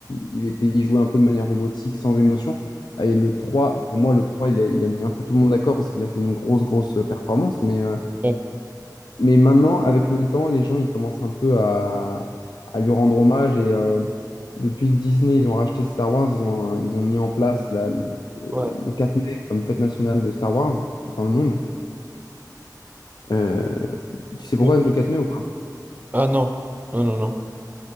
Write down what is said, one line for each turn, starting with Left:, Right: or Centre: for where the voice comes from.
Left: il était, il jouait un peu de manière robotique, sans émotion. Ah, Et le trois pour moi, le 3 il a, il a mis un peu tout le monde d'accord parce qu'il a fait une grosse, grosse euh, performance. Mais, euh,
Right: Ouais.
Left: mais maintenant, avec le temps, les gens, ils commencent un peu à, à lui rendre hommage. Et euh, depuis que Disney, ils ont racheté Star Wars, ils ont, un- ils ont mis en place la- le,
Right: Ouais.
Left: le 4 mai comme fête nationale de Star Wars dans le monde. Euh, tu sais pourquoi
Right: Ouais.
Left: le 4 mai ou pas?
Right: Ah non, non, non, non.